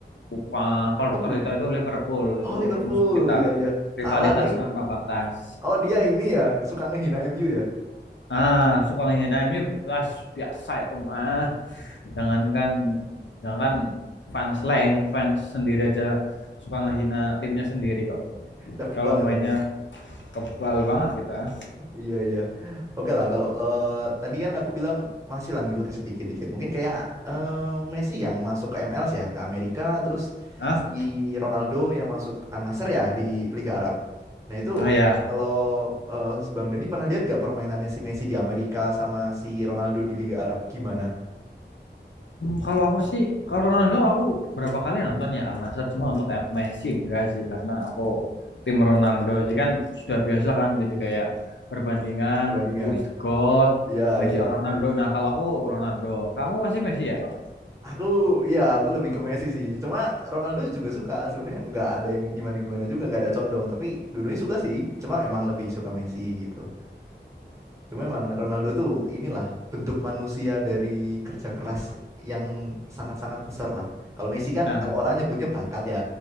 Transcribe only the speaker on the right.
Oh
bukan.
Oh Liverpool.
Iya iya.
Salah deh.
Oh dia ini ya suka ngehina MU ya.
Udah kebal
ya, Bang ya.
Iya iya. Oke lah kalau eh, tadi kan aku bilang masih lah ngikutin sedikit-dikit. Mungkin kayak eh, Messi yang masuk ke MLS ya ke Amerika, terus
si Ronaldo yang masuk ke Al-Nassr ya di Liga Arab. Nah itu
kalau eh, Bang Dani pernah lihat gak permainannya si Messi di Amerika sama si Ronaldo di Liga Arab gimana?
Hmm,
perbandingan.
Iya
iya.
Aku ya aku lebih ke Messi sih. Cuma Ronaldo juga suka. Sebenarnya nggak ada yang gimana-gimana juga, nggak ada condong. Tapi dua-duanya suka sih. Cuma emang lebih suka Messi gitu. Cuma emang Ronaldo tuh inilah bentuk manusia dari kerja keras yang sangat-sangat besar lah. Kalau Messi kan
kalau
orang nyebutnya bakat ya.